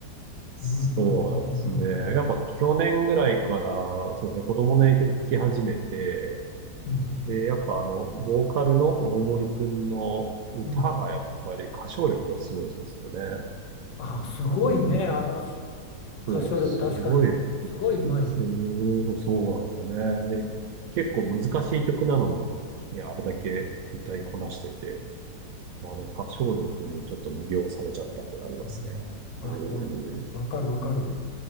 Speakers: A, on the right; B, on the left.
A: そうなんですね。
B: うんうんうんうん。
A: やっぱ去年ぐらいから、そうですね、子供の影響で聞き始めて、
B: うん
A: で、やっぱあの、ボーカルの大森くんの歌がやっぱり歌唱力がすごいですよね。
B: うん。ああ、すごいね。
A: うん。
B: あの
A: そう、
B: 歌唱力確かにすごいうまい。
A: すごい、すごい、そうなんですよね。で、結構難しい曲なのに、ね、あれだけ歌いこなしてて、あの歌唱力にちょっと魅了されちゃったっていうのがありますね。
B: うん。あ、
A: うん。
B: わ、わかるわかる。